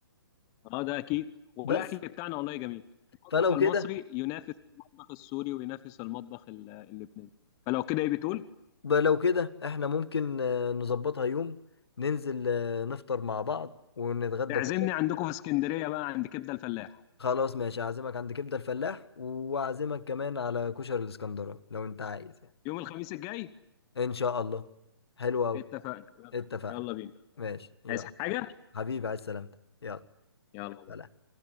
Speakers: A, on the left; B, on the left.
A: اه ده اكيد والاكل
B: بس
A: بتاعنا والله جميل المطبخ
B: فلو
A: المصري
B: كده
A: ينافس المطبخ السوري وينافس المطبخ ال- اللبناني فلو كده ايه بتقول
B: ب- لو كده إحنا ممكن آه، نظبطها يوم ننزل آه، نفطر مع بعض ونتغدى
A: تعزمني
B: كشري
A: عندكم في اسكندريه بقى عند كبده الفلاح
B: خلاص ماشي أعزمك عند كبدة الفلاح وأعزمك كمان على كشري الإسكندراني لو أنت عايز يعني.
A: يوم الخميس الجاي
B: ان شاء الله حلو قوي
A: اتفقنا يلا
B: اتفقنا
A: يلا بينا
B: ماشي يلا
A: عايز حاجه
B: حبيبي على السلامة يلا
A: يلا
B: سلام.